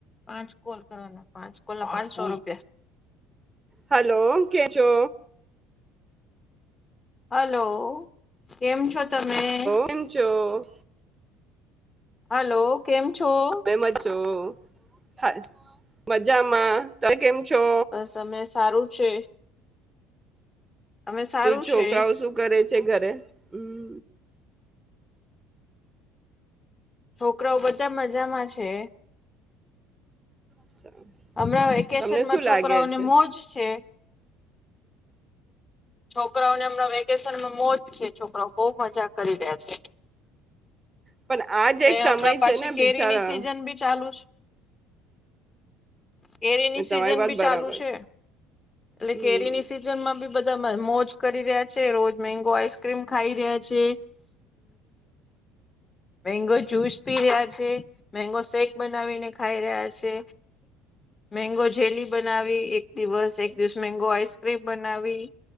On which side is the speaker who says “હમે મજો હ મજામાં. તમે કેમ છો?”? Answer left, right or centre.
Right